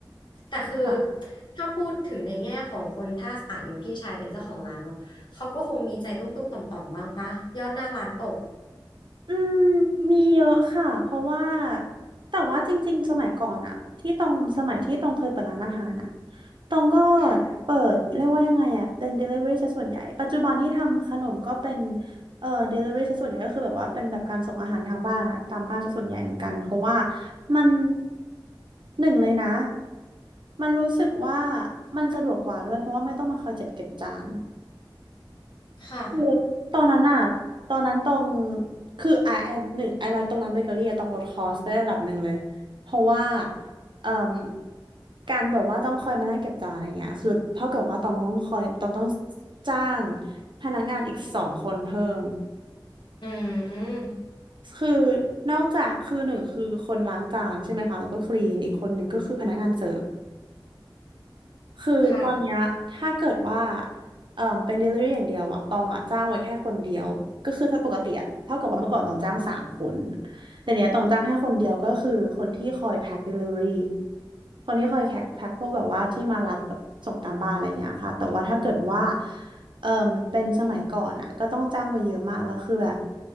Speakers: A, on the left; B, on the right.
A: แต่คือ
B: ค่ะ
A: ถ้าพูดถึงในแง่ของคนถ้าอ่ะอย่างพี่ชายเป็นเจ้าของร้านเนาะเขาก็คงมีใจตุ้มๆต่อมๆบ้างปะยอดหน้าร้านตก
B: อืมมีเยอะค่ะเพราะว่าแต่ว่าจริงๆสมัยก่อนอะที่ตองสมัยที่ตองเคยเปิดร้านอาหารอะตองก็
A: ค่ะ
B: เปิดเรียกว่ายังไงอะเป็น delivery ซะส่วนใหญ่ปัจจุบันที่ทำขนมก็เป็นเอ่อ delivery ซะส่วนใหญ่ก็คือแบบว่าเป็นแบบการส่งอาหารทางบ้านอะตามบ้านซะส่วนใหญ่เหมือนกันเพราะว่ามันหนึ่งเลยนะมันรู้สึกว่ามันสะดวกกว่าด้วยเพราะว่าไม่ต้องมาคอยเจ็บเก็บจาน
A: ค่ะ
B: คือตอนนั้นอะตอนนั้นตรงคือไอไอหนึ่งไอร้านตรงร้านเบเกอรี่อะต้องลดคอสไประดับหนึ่งเลยเพราะว่าเอ่มการแบบว่าต้องคอยมานั่งเก็บจานอะไรเงี้ยคือเท่ากับว่าต้องต้องคอยต้องต้องจ้างพนักงานอีกสองคนเพิ่ม
A: อืม
B: คือนอกจากคือหนึ่งคือคนล้างจานใช่ไหมคะแล้วก็คลีนอีกคนหนึ่งก็คือพนักงานเสิร์ฟ คือตอนเนี้ยถ้าเกิดว่า
A: ค่ะ
B: เอ่อเป็น delivery อย่างเดียวอะตองอะจ้างไว้แค่คนเดียวก็คือถ้าปกติอะเท่ากับว่าเมื่อก่อนตองจ้างสามคนแต่เนี้ยตองจ้างแค่คนเดียวก็คือคนที่คอยแพ็ค delivery คนที่คอยแพ็คแพ็คพวกแบบว่าที่มารับแบบส่งตามบ้านอะไรเงี้ยค่ะแต่ว่าถ้าเกิดว่าเอ่อเป็นสมัยก่อนอะก็ต้องจ้างไว้เยอะมากแล้วคือแบบ